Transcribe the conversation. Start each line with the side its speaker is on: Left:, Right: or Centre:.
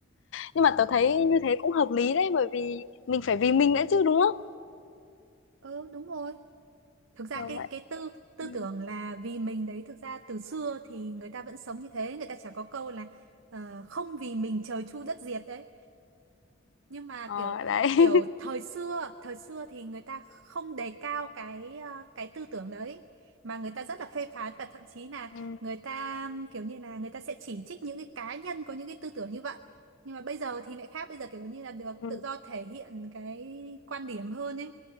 Left: nhưng mà tớ thấy như thế cũng hợp lý đấy bởi vì mình phải vì mình nữa chứ đúng không
Right: ừ đúng rồi thực ra
Left: Kiểu
Right: cái
Left: vậy
Right: cái tư tư
Left: ừ.
Right: tưởng là vì mình đấy thực ra từ xưa thì người ta vẫn sống như thế người ta chả có câu là ờ, không vì mình trời chu đất diệt đấy nhưng mà
Left: Ờ,
Right: kiểu
Left: đấy <laughs>
Right: kiểu thời xưa thời xưa thì người ta không đề cao cái ờ, cái tư tưởng đấy mà người ta rất là phê phán và thậm chí là
Left: ừ.
Right: người ta ừm, kiểu như là người ta sẽ chỉ trích những cái cá nhân có những cái tư tưởng như vậy nhưng mà bây giờ thì lại khác bây giờ kiểu như là được
Left: Ừ.
Right: tự do thể hiện cái quan điểm hơn ấy